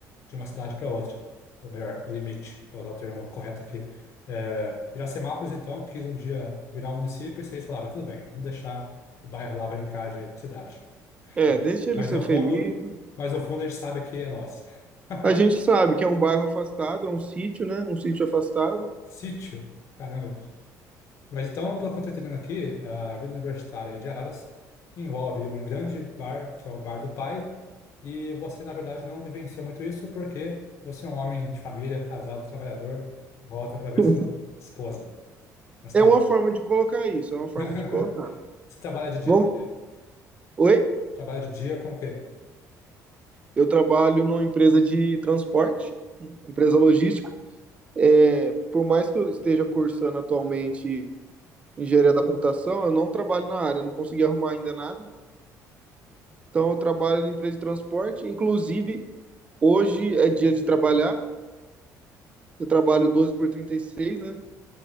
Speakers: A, on the left; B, on the right.
A: de uma cidade para outra, ou melhor, o limite, para usar o termo correto aqui. É, Iracemápolis, então, quis um dia virar um município e vocês falaram, tudo bem, vamos deixar o bairro lá brincar de cidade.
B: É, deixa ele
A: Mas
B: ser
A: no
B: feliz.
A: fundo, mas no fundo a gente sabe que é nosso. <laughs>
B: A gente sabe que é um bairro afastado, é um sítio, né? Um sítio afastado.
A: Sítio? Caramba. Mas então, pelo que eu estou entendendo aqui, a vida universitária de Araras envolve um grande bar, que é o bar do pai, e você, na verdade, não vivencia muito isso porque você é um homem de família, casado, trabalhador, volta para ver
B: <laughs>
A: sua esposa na cidade.
B: É uma forma de colocar isso, é uma forma
A: <laughs>
B: de colocar.
A: Você trabalha de dia,
B: Vamos...
A: do-
B: Oi?
A: trabalha de dia com o quê?
B: Eu trabalho numa empresa de transporte, empresa logística. É, por mais que eu esteja cursando atualmente engenharia da computação, eu não trabalho na área, não consegui arrumar ainda nada. Então, eu trabalho na empresa de transporte. Inclusive, hoje é dia de trabalhar. Eu trabalho 12 por 36, né?